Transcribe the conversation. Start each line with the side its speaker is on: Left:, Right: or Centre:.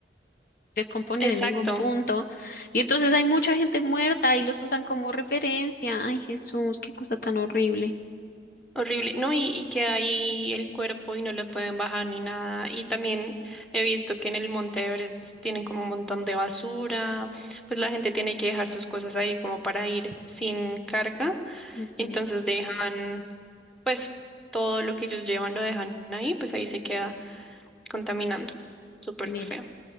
Left: descomponer
Centre: Exacto.
Left: en ningún punto. Y entonces hay mucha gente muerta y los usan como referencia. Ay, Jesús, qué cosa tan horrible.
Centre: Horrible, ¿no? Y, y queda ahí el cuerpo y no lo pueden bajar ni nada. Y también he visto que en el Monte Everest tienen como un montón de basura, pues la gente tiene que dejar sus cosas ahí como para ir sin carga.
Left: Ujú,
Centre: Entonces dejan, pues todo lo que ellos llevan lo dejan ahí, pues ahí se queda contaminando. Súper
Left: Mira.
Centre: feo.